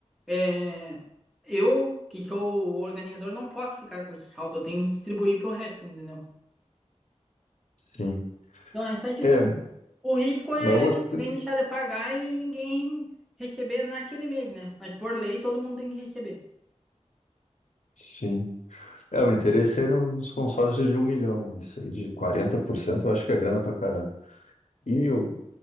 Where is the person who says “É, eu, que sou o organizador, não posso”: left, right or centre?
Centre